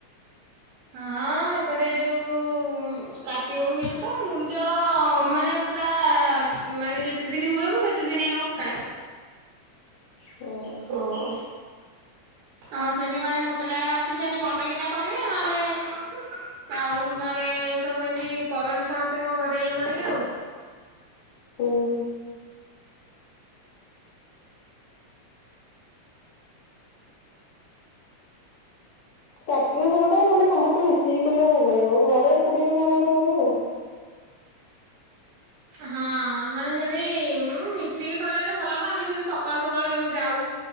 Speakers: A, on the right; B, on the left.
A: ହଁ ଏପଟେ ଯୋଉ କାର୍ତ୍ତିକ ପୂର୍ଣ୍ଣିମାରେ ତ ମୁରୁଜ ମାନେ ପୁରା ମାନେ ଯେତେଦିନି ହୁଏ ମୁଁ ସେତେ ଦିନି ଆଙ୍କ ପକାଏ।
B: ଓ।
A: ହଁ। ଆମର ସେଠି ମାନେ ଗୋଟେ ଜାଗାରେ ଅଛି ସେମିତି ବଡ଼ କିନା କରିବେ ନହେଲେ ଆଉ ନ ହେଲେ ସବୁ ଏମିତି କରନ୍ତି ସମସ୍ତେ କଣ ଘରେ ୟେ କରିକି ଆଉ।
B: ଓହୋ। କାର୍ତ୍ତିକ ଘର ଟା ମାନେ ସମସ୍ତେ ମିଶିକି କରିବାକୁ ଭଲ ଲାଗିବ ଘରେ ଏକୁଟିଆ କଣ ଗୋଟେ କରିବ।
A: ହଁ। ମାନେ ସେମିତି ହୁଁ ମିଶିକି କଲେ ଗୋଟେ ଭଲ ହେବ ଆମେ ସେମିତି ସକାଳୁ ସକାଳୁ ଯୋଉ ଯାଉ।